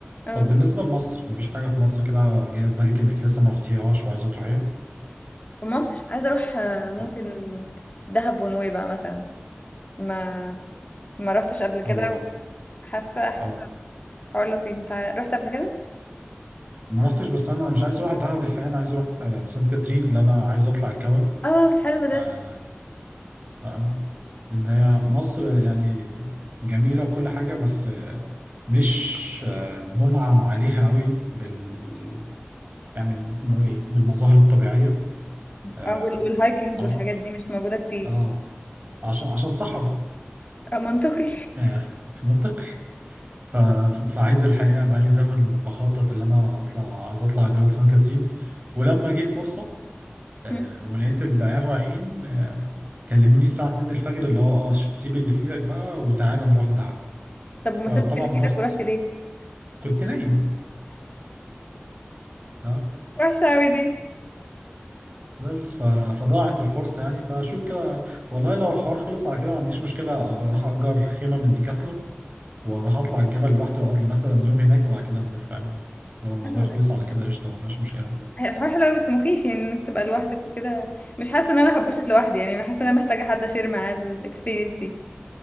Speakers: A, on the left; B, on the right.
A: اه
B: طب بالنسبة لمصر مفيش حاجة في مصر كده جاية في بالك انك لسه ما رحتيهاش وعايزة تروحيها
A: في مصر عايزه اروح آه، ممكن
B: اه
A: دهب ونويبع مثلا ما ما روحتش قبل كده
B: هو
A: وحاسه حاسه
B: اه
A: حوار لطيف انت رحت قبل كده
B: ما رحتش بس انا مش عايز اروح دهب الحقيقة انا عايز اروح آه سانت كاترين لان انا عايز اطلع الجبل
A: اه حلو ده
B: آه، آه. ان هي مصر يعني جميله وكل حاجه بس مش آه، منعم عليها قوي بال يعني ممكن نقول ايه بالمظاهر الطبيعيه اه
A: اه وال... والهايكنجز
B: عش-
A: والحاجات دي مش موجوده كتير
B: آه، عشان عشان صحراء
A: آه منطقي
B: آه، منطق ف- ف- فعايز الحقيقه بقى لي زمن بخطط ان انا اطلع عايز اطلع جبل سان كاترين ولما جه فرصه آه،
A: <laughs> مم.
B: ولقيت العيال رايحين آه، كلموني الساعه 2 الفجر اللي هو اه ش- سيب اللي في ايدك بقى وتعالى نروح دهب
A: طب وما
B: فطبعا
A: سبتش اللي
B: ما
A: في ايدك
B: رحت
A: ورحت ليه
B: كنت نايم اه
A: وحشه قوي دي
B: بس ف... فضاعت الفرصة يعني فشوف كده والله لو الحوار خلص على كده ما عنديش مشكلة اروح اجر خيمة من ديكاثلون واروح اطلع الجبل لوحدي واقعد لي مثلا يوم هناك وبعد كده انزل فاهم لو الموضوع
A: حلو
B: خلص
A: ده
B: على كده قشطة ما فيهاش مشكلة
A: هي الحوار حلو قوي بس مخيف يعني انك تبقى لوحدك وكده مش حاسه ان انا هبشت لوحدي يعني حاسه ان انا محتاجه حد اشير معاه الاكسبيرينس دي